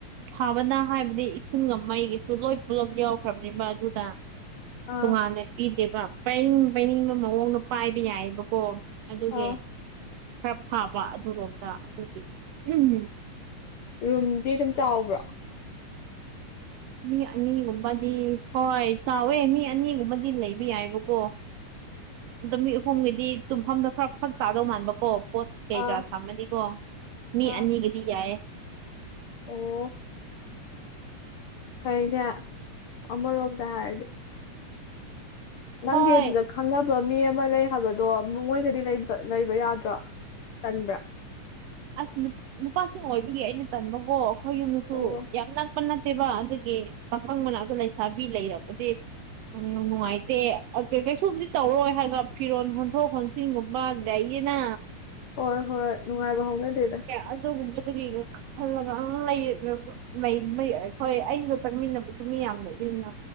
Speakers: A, on the right; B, on the left.
A: ꯐꯥꯕꯅ ꯍꯥꯏꯕꯗꯤ ꯏꯁꯤꯡꯒ ꯃꯩꯒꯤꯁꯨ ꯂꯣꯏ ꯄꯨꯂꯞ ꯌꯥꯎꯈ꯭ꯔꯕꯅꯤꯕ ꯑꯗꯨꯗ
B: ꯑꯥ
A: ꯇꯣꯉꯥꯟꯅ ꯄꯤꯗꯦꯕ ꯄꯥꯏꯅꯤꯡ ꯄꯥꯏꯅꯤꯡꯕ ꯃꯑꯣꯡꯗ ꯄꯥꯏꯕ ꯌꯥꯏꯕꯀꯣ ꯑꯗꯨꯒꯤ
B: ꯑꯥ
A: ꯈꯔ ꯐꯥꯕ ꯑꯗꯨꯔꯣꯝꯗ ꯑꯗꯨꯗꯤ ꯎꯝ ꯎꯝ
B: ꯔꯨꯝꯗꯤ ꯑꯗꯨꯝ ꯆꯥꯎꯕ꯭ꯔꯥ
A: ꯃꯤ ꯑꯅꯤꯒꯨꯝꯕꯗꯤ ꯍꯣꯏ ꯆꯥꯎꯋꯦ ꯃꯤ ꯑꯅꯤꯒꯨꯝꯕꯗꯤ ꯂꯩꯕ ꯌꯥꯏꯕꯀꯣ ꯅꯨꯃꯤꯠ ꯑꯍꯨꯝꯒꯤꯗꯤ ꯇꯨꯝꯐꯝꯗꯣ ꯈꯔ ꯐꯛ ꯆꯥꯗꯧ ꯃꯥꯟꯕꯀꯣ ꯄꯣꯠ ꯀꯩꯀꯥ
B: ꯑꯥ
A: ꯊꯝꯃꯅꯤꯀꯣ ꯃꯤ
B: ꯑꯥ
A: ꯑꯅꯤꯒꯗꯤ ꯌꯥꯏ
B: ꯑꯣ ꯐꯅꯦ ꯑꯃꯔꯣꯝꯗ ꯍꯥꯏꯔꯗꯤ ꯅꯪ
A: ꯍꯣꯏ
B: ꯑꯗꯨꯗ ꯈꯪꯅꯕ ꯃꯤ ꯑꯃ ꯂꯩ ꯍꯥꯏꯕꯗꯣ ꯃꯣꯏꯒꯗꯤ ꯂꯩꯕ ꯌꯥꯗ꯭ꯔꯣ ꯇꯟꯕ꯭ꯔꯥ
A: ꯑꯁ ꯅꯨꯄꯥꯁꯤꯡ ꯑꯣꯏꯕꯒꯤ ꯑꯩꯅ ꯇꯟꯕꯕꯨꯣ ꯑꯩꯈꯣꯏ ꯌꯨꯝꯗꯁꯨ
B: ꯑꯣ
A: ꯌꯥꯝꯅ ꯄ ꯅꯠꯇꯦꯕ ꯑꯗꯨꯒꯤ ꯄꯥꯈꯪꯕꯅ ꯑꯗꯨ ꯂꯩꯁꯥꯕꯤ ꯂꯩꯔꯕꯗꯤ ꯎꯝ ꯅꯨꯡꯉꯥꯏꯇꯦ ꯀꯩꯁꯨꯕꯨꯗꯤ ꯇꯧꯔꯣꯏ ꯍꯥꯏꯅ ꯐꯤꯔꯣꯟ ꯍꯣꯟꯊꯣꯛ ꯍ ꯁꯤ ꯃꯕ ꯑꯗꯨꯗꯦ ꯑꯌꯦꯅꯥ
B: ꯍꯣꯏ ꯍꯣꯏ ꯅꯨꯡꯉꯥꯏꯕ ꯍꯧꯥꯎꯅꯗꯦꯗ
A: ꯑꯗꯨ ꯃꯗꯨꯒ ꯈꯜꯂꯒ ꯑ ꯍꯣꯏ ꯑꯩꯒ ꯆꯠꯃꯤꯟꯅꯕꯁꯨ ꯃꯤ ꯌꯥꯝ ꯂꯩꯃꯤꯟꯅꯟꯅ